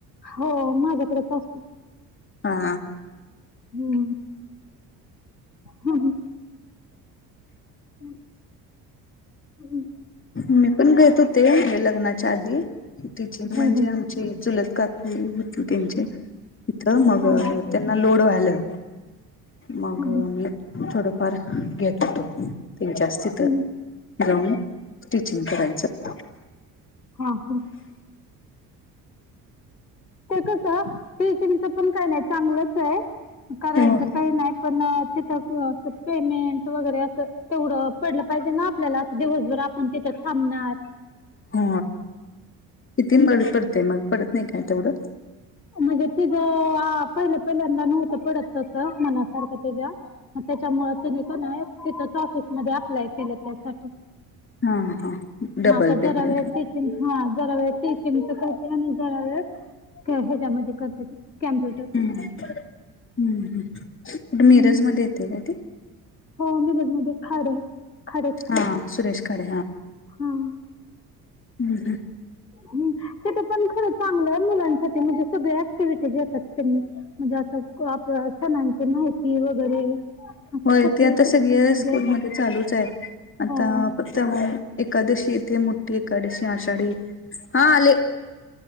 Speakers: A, on the left; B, on the left.
A: हो माझ्याकडेच असत
B: हा
A: हम्म ह ह हम्
B: मी पण घेत होते म्हणजे लग्नाच्या आधी टीचिंग म्हणजे
A: हम्म हम्म.
B: आमची चुलत काकी होती त्यांचे तिथ मग
A: हम्म हम्म.
B: त्यांना लोड व्हालं मग
A: हम्म
B: मी थोडंफार घेत होतो तनच्या तिथं
A: हम्म.
B: जाऊन स्टिचिंग करायचं
A: हा हा ते कस टूचिंगच पण काय नाही चांगलंच आहे करायचं
B: हो
A: काही नाही पण तिथं पेमेंट वगैरे असं तेवढं पडलं पाहिजे ना आपल्याला दिवसभर आपण तिथं थांबणार
B: हो किती वेळ पडते मग पडत नाही काय तेवढं
A: म्हणजे तिझं पहिलं पहिल्यांदा नव्हतं पडत त मनासारखं तिच्या त्याच्यामुळे तिने की नाही तिथच ऑफिसमध्ये अप्लाय केलं त्यासाठी
B: हा हा डबल
A: मग आता जरा
B: पेमेंट
A: वेळ टीचिंग हा जरा वेळ टीचिंगच करते आणि जरा वेळ ह्याच्यामध्ये करते कॅम्प
B: हम्म हम्म कुठे
A: हम्म
B: मिरज मध्ये येते काय ते
A: हो मिरजमध्ये खाडे खाडे स्कूल
B: हा सुरेश खाडे
A: हा
B: हम् हम
A: ह् तिथं पण खर चांगलं मुलांसाठी म्हणजे सगळ्या ऍक्टिविटीघेतात त्यांनी म्हणजे असं आप सणांची माहिती वगैरे
B: होय
A: सगळं
B: ते आता सगळ्या
A: त्यांनी
B: स्कूलमध्ये
A: घेतात
B: चालूच आहे आता
A: हो
B: तर एकादशी येते मोठी एकादशी आषाढी हा आले